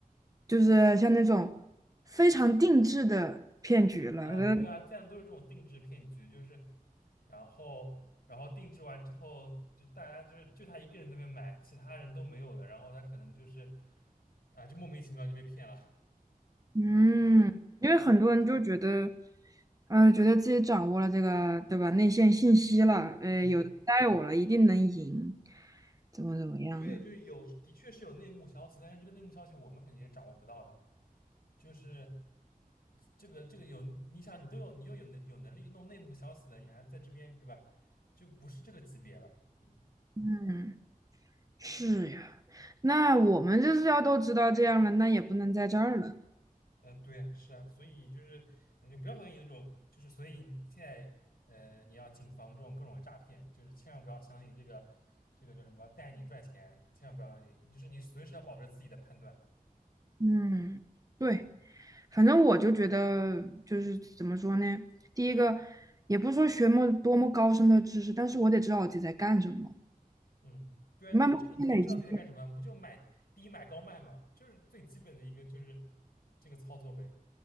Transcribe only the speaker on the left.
啊，
对啊，这样都是这种定制骗局，就是然后然后定制完之后，就大家就是就他一个人在那边买，其他人都没有的，然后他可能就是啊，就莫名其妙就被骗了。
嗯，
对，就是有，的确是有内幕消息，但是这个内幕消息我们肯定是掌握不到的。就是这个这个有，你想你都有你又有能有能力弄内幕消息了，你还在这边对吧？就不是这个级别了。嗯。
呃，对呀，是啊，所以就是你就不要相信那种，就是所以你现在呃，你要谨防这种各种诈骗，就是千万不要相信这个这个叫什么带你赚钱，千万不要相信，就是你随时要保持自己的判断。
嗯，对啊，
你这个肯定知道自己在干什么，不就买低买高卖嘛，就是最基本的一个就是这个操作呗。